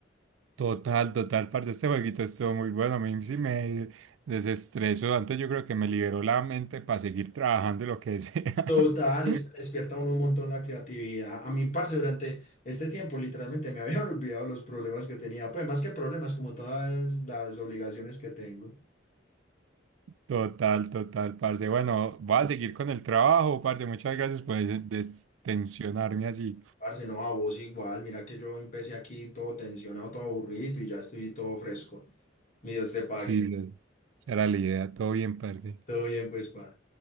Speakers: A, on the right; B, on the left.
A: Total, total, parce. Este jueguito estuvo muy bueno. A mí sí me desestresó. Antes yo creo
B: Sí.
A: que me liberó la mente para seguir trabajando y lo que sea.
B: Total,
A: <laughs>
B: es que despierta uno un montón la creatividad. A mí, parce, durante este tiempo literalmente me habían <laughs> olvidado los problemas que tenía, pues más que problemas, como todas las obligaciones que tengo.
A: Total, total, parce. Bueno, voy a seguir con el trabajo, parce. Muchas gracias por destensionarme así.
B: Parce, no, a vos igual, mira que yo empecé aquí todo tensionado, todo aburrido y ya estoy todo fresco. Mi Dios te pague.
A: Sí, lo- era la idea. Todo bien, parce.
B: Todo bien, pues, pa.